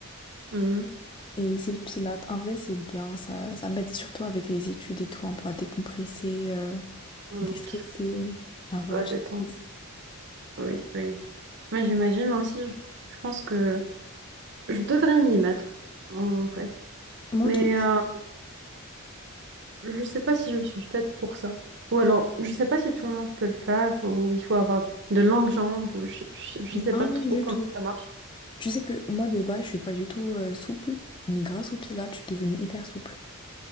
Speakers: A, on the right (about 50°); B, on the left (about 20°).
A: Mhm.
B: Et c'est le pilate. En vrai, c'est bien. Ça, ça m'aide surtout avec les études et tout, un peu à décompresser, euh,
A: Mhm.
B: déstresser,
A: Tu
B: à relâcher
A: dois t'attendre.
B: prise.
A: Oui, oui. Moi, j'imagine, moi aussi, je je pense que je devrais m'y mettre, en vrai.
B: Moi,
A: Mais
B: en tout cas,
A: euh, je sais pas si je suis faite pour ça. Ou alors, je sais pas si tout le monde peut le faire, ou il faut avoir de longues jambes, ou je, je, je
B: non,
A: sais pas trop
B: non, du
A: comment
B: tout.
A: ça marche.
B: Tu sais que moi, de base, je suis pas du tout euh, souple. Mais grâce au pilate, je suis devenue hyper souple.